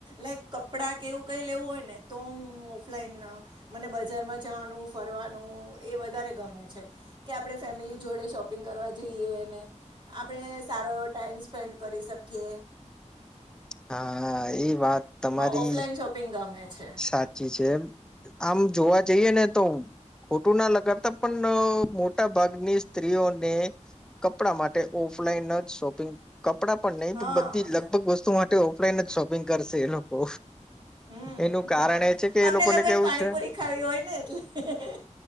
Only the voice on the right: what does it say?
લાઈક કપડાં કે એવું કઈ લેવું હોય ને તો હું ઓફલાઈન અહ મને બજારમાં જવાનું ફરવાનું એ વધારે ગમે છે. કે આપડે ફેમિલી જોડે શોપિંગ કરવા જઈએ અને આપડે સારો એવો ટાઈમ સ્પેન્ડ કરી શક કે
ઓફલાઈન શોપિંગ ગમે છે.
હા.
હમ્મ.
અમને
લોકોને
પાણીપુરી
ખાવી હોય ને એટલે.